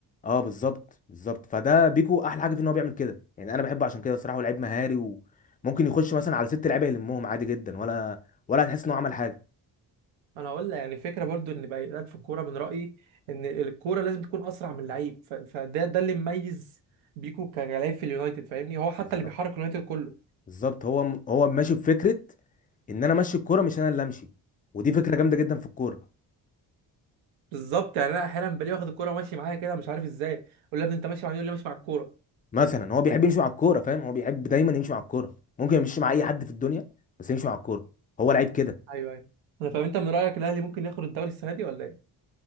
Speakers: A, on the left; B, on the right.
A: اه بالظبط بالظبط فده بيكو احلى حاجه في ان هو بيعمل كده يعني انا بحبه عشان كده بصراحه هو لعيب مهاري وممكن يخش مثلا على ست لعيبه يلمهم عادي جدا ولا ولا هتحس ان هو عمل حاجه
B: انا هقول لك يعني فكره برضو ان بقى في الكوره من رايي ان الكوره لازم تكون اسرع من اللعيب ف- فده ده اللي مميز بيكو كلاعب في اليونايتد فاهمني هو حتى
A: بالظبط
B: اللي بيحرك اليونايتد كله
A: بالظبط هو هو ماشي بفكره ان انا امشي الكوره مش انا اللي امشي ودي فكره جامده جدا في الكوره
B: بالظبط يعني انا احيانا بلاقيه واخد الكوره وماشي معايا كده مش عارف ازاي اقول له يا ابني انت ماشي معايا يقول لي ماشي مع الكوره
A: مثلا هو بيحب يمشي مع الكوره فاهم هو بيحب دايما يمشي مع الكوره ممكن يمشي مع اي حد في الدنيا بس يمشي مع الكوره هو لعيب كده
B: ايوه ايوه انا فاهم انت من رايك الاهلي ممكن ياخد الدوري السنه دي ولا ايه